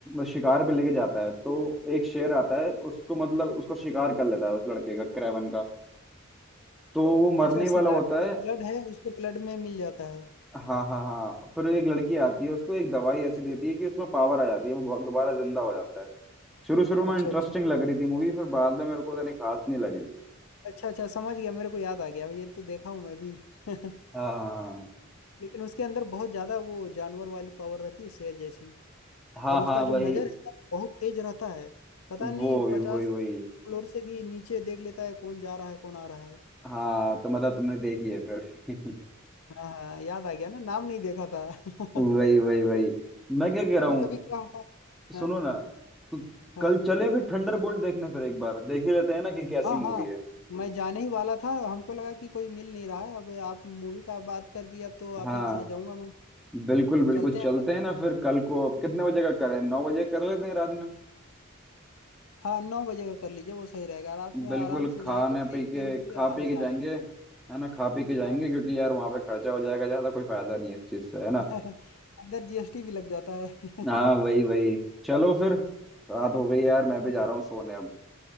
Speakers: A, in the centre; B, on the left (about 85°).
A: शिकार पे लेके जाता है तो एक शेर आता है उसको मतलब उसको शिकार कर लेता है उस लड़के का क्रेवन का तो वो मरने
B: अच्छा
A: ही वाला
B: सिगार
A: होता
B: का जो
A: है
B: ब्लड है उसके ब्लड में मिल जाता है
A: हाँ हाँ हाँ फिर एक लड़की आती है उसको एक दवाई ऐसी देती है कि उसमें पावर आ जाती है वो दोबारा जिंदा हो जाता है शुरू शुरू
B: अच्छा
A: में इंटरेस्टिंग
B: अच्छा
A: लग रही थी मूवी फिर बाद में मेरे को उतनी खास नहीं लगी
B: अच्छा अच्छा समझ गया मेरे को याद आ गया ये तो देखा हूँ मैं भी <laughs>
A: हाँ
B: लेकिन उसके अंदर बहुत ज्यादा वो जानवर वाली पावर रहती है शेर जैसी
A: हाँ
B: और उसका
A: हाँ
B: जो
A: वही
B: नजर है ना बहुत तेज रहता है पता नहीं
A: वो वही
B: पचास
A: वही वही
B: फ्लोर से भी नीचे देख लेता है कौन जा रहा है कौन आ रहा है
A: हाँ तो मतलब तुमने देखी है फिर <laughs>
B: हाँ हाँ याद आ गया ना नाम नहीं देखा था <laughs>
A: वही वही वही मैं क्या कह रहा
B: कभी
A: हूँ
B: कभी क्या होता है
A: सुनो
B: हाँ
A: ना तो
B: हाँ
A: कल चले फिर थंडरबोल्ट देखने फिर एक बार देख ही लेते हैं ना कि कैसी
B: हाँ हाँ
A: मूवी है
B: मैं जाने ही वाला था हमको लगा कि कोई मिल नहीं रहा है अब आप मूवी का बात कर दी अब तो आप
A: हाँ
B: ही के साथ जाऊंगा मैं
A: बिल्कुल बिल्कुल
B: चलते हैं
A: चलते
B: कल
A: हैं ना फिर कल को अब कितने बजे का करें नौ बजे कर लेते हैं रात में
B: हाँ नौ बजे का कर लीजिए वो सही रहेगा रात में
A: बिल्कुल
B: आराम से
A: खाने
B: जाएंगे देख
A: पी के
B: के मूवी
A: खा
B: आराम
A: पी के
B: से
A: जाएंगे
B: आ जाएंगे
A: है ना खा पी के जाएंगे
B: हाँ
A: क्योंकि यार वहां पे खर्चा हो जाएगा ज्यादा कोई फायदा नहीं है इस चीज से है ना
B: <laughs> अंदर जीएसटी भी लग जाता है <laughs>
A: हाँ वही वही चलो फिर रात हो गई यार मैं
B: ठीक
A: भी जा
B: है
A: रहा हूँ सोने अब